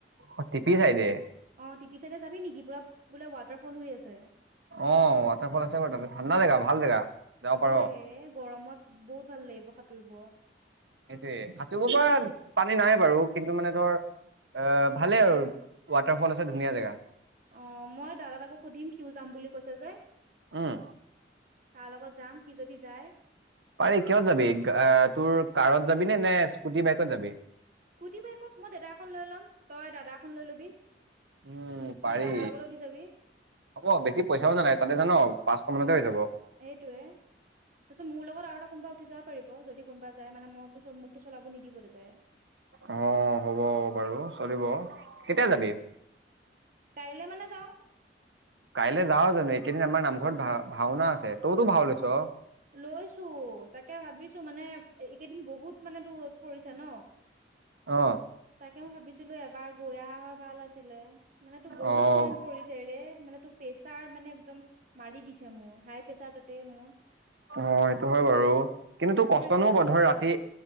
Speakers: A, on the right (about 75°); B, on the right (about 45°).
A: অ তিপি চাই দে
B: অ টিপি চাইডে যাবি নেকি? বোলে ৱাটাৰফল হৈ আছে
A: অ ৱাটাৰফল আছে ব ঠাণ্ডা জেগা ভাল জেগা যাব
B: ভাল
A: পাৰ
B: লাগে ৰে গৰমত বহুত ভাল লাগিব সাঁতুৰিব
A: সেইটোয়ে সাতুৰি পৰা পানী নাই বাৰু কিন্তু মানে ধৰ আহ ভালেই
B: অ',
A: আৰু ৱাটাৰফল আছে ধুনীয়া জেগা
B: অ মই দাদা তাকো সুধিম সিও যাম বুলি কৈছে যে
A: উম
B: তাৰ লগত যাম সি যদি যায়।
A: পাৰি কিহত যাবি আহ তোৰ কাৰত যাবি নে স্কুটি বাইকত যাবি?
B: স্কুটি বাইকত মই দাদা এখন লৈ ল'ম তই দাদা এখন লৈ ল'বি
A: উম
B: মানে
A: পাৰি
B: দাদাৰ লগত উঠি যাবি
A: হ'ব বেছি পইচাও নালাগে তাতে জান পাঁচশ মানতে
B: অ
A: হৈ যাব
B: সেইটোয়ে, তাৰপিছত মোৰ লগত আৰু এটা কোনোবা উঠি যাব পাৰিব যদি কোনোবা যায় মানে মইতো মোকতটো চলাব নিদিব দেউতাই
A: আহ হ'ব বাৰু চলিব, কেতিয়া যাবি?
B: কাইলৈ মানে যাওঁ।
A: কাইলৈ যাও জানো এইকেইদিন আমাৰ নামঘৰত ভা ভাওনা আছে তইতো ভাও লৈছ।
B: লৈছো তাকে ভাবিছো মানে এইকেইদিন বহুত মানে দূৰত পৰিছে ন।
A: অ
B: তাকে মই ভাবিছিলো এবাৰ গৈ অহা হয় ভাল আছিলে। মানে তোৰ বহুত
A: অ অ
B: গৰম পৰিছে ৰে মানে তোৰ প্ৰেছাৰ মানে একদম মাৰি দিছে মোৰ হাই প্ৰেছাৰ তাতেই মোৰ
A: অ সেইটো হয় বাৰু, কিন্তু
B: ত'
A: কষ্টনো
B: হাই প্ৰেছাৰ নে
A: বধৰ
B: ল' প্ৰেছাৰ
A: ৰাতি